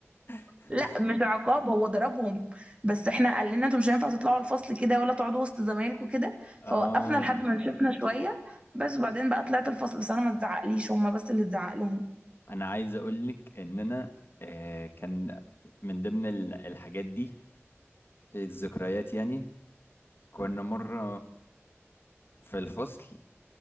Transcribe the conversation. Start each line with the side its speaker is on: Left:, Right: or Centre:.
Left: <laughs>
Right: لا مش عقاب هو ضربهم بس احنا قال لنا انتوا مش هينفع تطلعوا الفصل كده ولا تقعدوا وسط زمايلكم كده فوقفنا
Left: اه
Right: لحد ما نشفنا شويه بس وبعدين بقى طلعت الفصل بس انا ما اتزعقليش هم بس اللي اتزعق لهم
Left: انا عايز اقول لك ان انا آه كان من ضمن ال- الحاجات دي الذكريات يعني كنا مره في الفصل